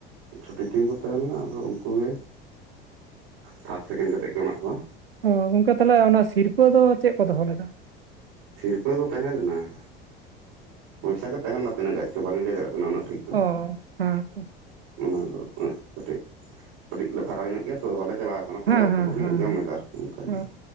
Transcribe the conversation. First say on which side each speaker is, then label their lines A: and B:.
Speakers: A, on the right; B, on the right.
A: ᱪᱷᱚᱴᱤ ᱴᱤᱢ ᱠᱚ ᱛᱟᱦᱮᱸ ᱞᱮᱱᱟ ᱟᱫᱚ ᱩᱱᱠᱩ ᱜᱮ ᱯᱷᱟᱥᱴ ᱥᱮᱠᱮᱱᱰ ᱠᱟᱛᱮᱜ ᱠᱚ ᱮᱢᱟᱜ ᱠᱚᱣᱟ
B: ᱚ ᱜᱚᱝᱠᱮ ᱛᱟᱦᱚᱞᱮ ᱚᱱᱟ ᱥᱤᱨᱯᱟᱹ ᱫᱚ ᱪᱮᱫ ᱠᱚ ᱫᱚᱦᱚ ᱞᱮᱫᱟ?
A: ᱥᱤᱨᱯᱟᱹ ᱫᱚ ᱛᱟᱦᱮᱸ ᱞᱮᱱᱟ ᱟᱸᱻ ᱯᱚᱭᱥᱟ ᱜᱮ ᱛᱟᱦᱮᱸ ᱞᱮᱱᱟ ᱛᱤᱱᱟᱹᱜ ᱜᱟᱱᱪᱚ ᱵᱟᱹᱞᱤᱧ ᱞᱟᱹᱭ ᱫᱟᱲᱮᱭᱟᱜ ᱠᱟᱱᱟ ᱩᱱᱟᱹᱜ ᱴᱷᱤᱠ ᱫᱚ
B: ᱚ ᱦᱮᱸ ᱛᱚ
A: ᱚᱱᱟ ᱫᱚ ᱠᱟᱹᱴᱤᱡ ᱠᱟᱹᱴᱤᱡ ᱞᱮ ᱯᱷᱟᱨᱟᱠ ᱧᱚᱜ ᱜᱮᱭᱟ ᱛᱚ ᱵᱟᱞᱮ ᱪᱟᱞᱟᱣ ᱟᱠᱟᱱᱟ ᱛᱚᱵᱮ
B: ᱦᱮᱸ
A: ᱠᱷᱚᱵᱚᱨ
B: ᱦᱮᱸ
A: ᱞᱤᱧ
B: ᱦᱮᱸ
A: ᱟᱸᱡᱚᱢ ᱮᱫᱟ ᱚᱱᱠᱟ ᱜᱮ
B: ᱦᱮᱸ